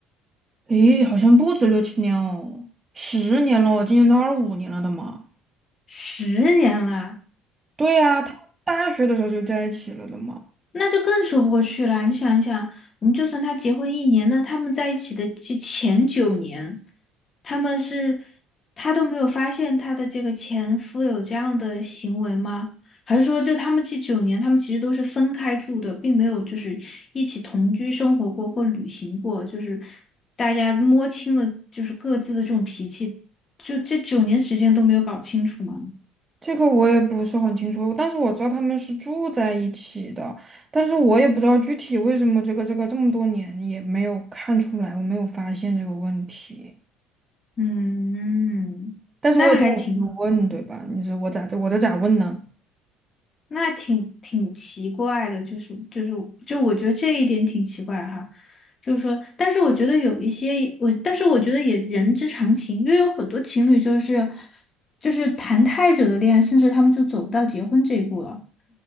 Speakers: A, on the right (about 20°); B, on the left (about 30°).
A: 诶，好像不止六七年哦，十年了哦，我今年都二十五年了的嘛。
B: 十年了，
A: 对呀，他大学的时候就在一起了的嘛。
B: 那就更说不过去了。你想一想，我们就算他结婚一年，那他们在一起的这前九年，他们是他都没有发现他的这个前夫有这样的行为吗？还是说，就他们这九年，他们其实都是分开住的，并没有就是一起同居生活过或旅行过，就是大家摸清了就是各自的这种脾气，就这九年时间都没有搞清楚吗？
A: 这个我也不是很清楚，但是我知道他们是住在一起的，但是我也不知道具体为什么这个这个这么多年也没有看出来，我没有发现这个问题，
B: 嗯，
A: 但是我也没有去问，
B: 那还挺。
A: 对吧？你说我咋这我这咋问呢？
B: 那挺挺奇怪的，就是就是就我觉得这一点挺奇怪哈，就是说，但是我觉得有一些我，但是我觉得也人之常情，因为有很多情侣就是就是谈太久的恋爱，甚至他们就走不到结婚这一步了。